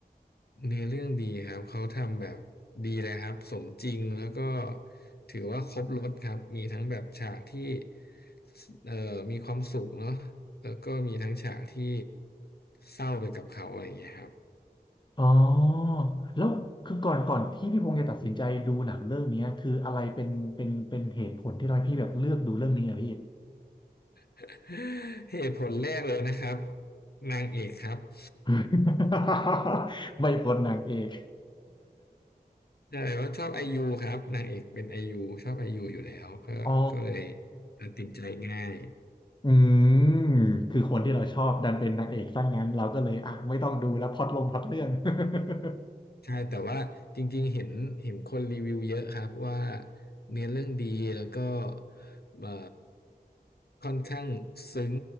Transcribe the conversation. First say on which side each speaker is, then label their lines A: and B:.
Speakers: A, on the left; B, on the left.
A: เนื้อเรื่องดีครับเขาทำแบบดีเลยครับสมจริงแล้วก็ถือว่าครบรสครับมีทั้งแบบฉากที่สเอ่อมีความสุขเนาะแล้วก็มีทั้งฉากที่เศร้าไปกับเขาอะไรอย่างเงี้ยครับ
B: อ๋อแล้วคือก่อนก่อนที่พี่พงศ์จะตัดสินใจดูหนังเรื่องเนี้ยคืออะไรเป็นเป็นเป็นเหตุผลที่ทำให้พี่แบบเลือกดูเรื่องนี้อ่ะพี่
A: <laughs> เหตุผลแรกเลยนะครับนางเอกครับ <laughs>
B: <laughs> ไม่พ้นนางเอก
A: ใช่ว่าชอบไอยูครับนางเอกเป็นไอยูชอบไอยูอยู่แล้วก็ก็เลย
B: <laughs> อ๋อ
A: ตัดสินใจง่าย
B: อืมคือคนที่เราชอบดันเป็นนางเอกซะงั้นเราก็เลยอ่ะไม่ต้องดูแล้วพล็อตลงพล็อตเรื่อง <laughs>
A: ใช่แต่ว่าจริงๆเห็นเห็นคนรีวิวเยอะครับว่าเนื้อเรื่องดีแล้วก็เอ่อค่อนข้างซึ้ง